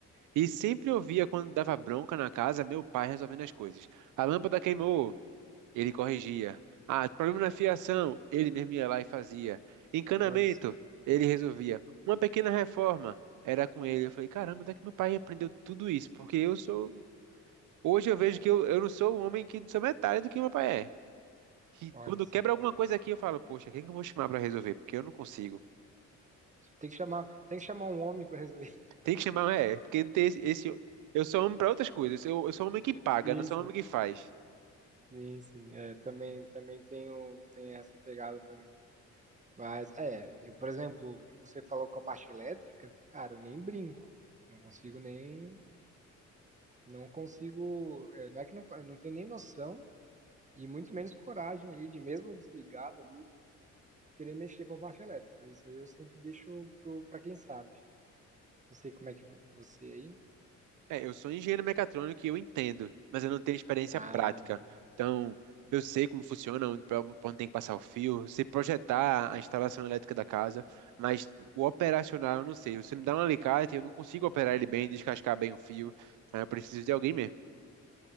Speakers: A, on the right (about 80°); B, on the right (about 25°).
A: E sempre eu via quando dava bronca na casa, meu pai resolvendo as coisas. A lâmpada queimou, ele corrigia. Ah, problema na fiação, ele mesmo ia lá e fazia. Encanamento,
B: Olha só,
A: ele resolvia. Uma pequena reforma, era com ele. Eu falei, caramba, onde é que meu pai aprendeu tudo isso? Porque eu sou. Hoje eu vejo que eu, eu não sou um homem que não sou metade do que meu pai é. E
B: olha
A: quando
B: só.
A: quebra alguma coisa aqui, eu falo, poxa, quem é que eu vou chamar para resolver? Porque eu não consigo.
B: Tem que chamar, tem que chamar um homem para resolver.
A: Tem que chamar, é, porque não tem esse, esse- eu sou homem para outras coisas. Eu, eu sou homem que
B: <laughs>
A: paga,
B: Sim,
A: não sou
B: sim,
A: homem que faz.
B: sim, sim. É, também, também tenho, tem essa pegada também. Mas é, eu, por exemplo, você falou com a parte elétrica, cara, eu nem brinco. Não consigo nem, não consigo, é, não é que não, eu não tenho nem noção E muito menos coragem ali de mesmo desligado ali querer mexer com a parte elétrica. Isso aí eu sempre deixo pro, pra quem sabe. Não sei como é que vo- você aí.
A: É, eu sou engenheiro mecatrônico e eu entendo, mas eu não tenho experiência
B: Ah,
A: prática. Então, eu sei como funciona, onde, pra onde tem que passar o fio, se projetar a instalação elétrica da casa, mas o operacional eu não sei. Você me dá um alicate, eu não consigo operar ele bem, descascar bem o fio. Então, eu preciso de alguém
B: hum,
A: mesmo.